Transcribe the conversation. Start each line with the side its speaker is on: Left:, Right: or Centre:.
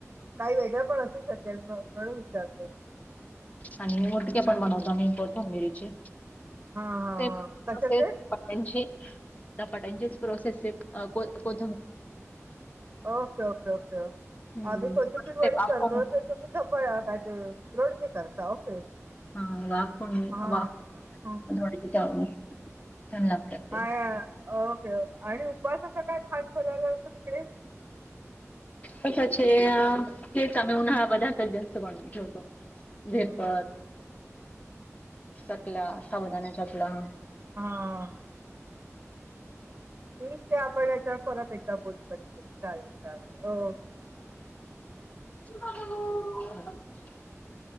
Right: काही वेगळं पण असू शकेल म्हणून विचारते.
Left: आणि मुटक्या पण बनवतो आम्ही कोथंबिरीचे.
Right: हा हा
Left: तेच
Right: हा कशाचे
Left: तसेच धपाट्यांची धपाट्यांचीच प्रोसेसत कोन कोन
Right: ओके ओके ओके.
Left: हम्म.
Right: आम्ही कोथिंबिरवडी
Left: ते वाफवून
Right: करतो त तुम्ही धपा काय ते रोडगे करता ओके.
Left: हा वाफुण
Right: हा
Left: वाफुन
Right: ह
Left: <unintelligible> लागत.
Right: हाय. ओके आणि उपवासाचा काय खास फराळ असतो तिकडे.
Left: कशाचे तेच आम्ही उन्हाळा पदार्थात जास्त बनवून ठेवतो. वेफर्स,
Right: हो, हो.
Left: चकल्या, साबुदाण्याचकल्या.
Right: हा. ठीके आपण याच्यावर परत एकदा बोलू कधीतरी चालेल चालेल ओके. <inaudible>
Left: <inaudible>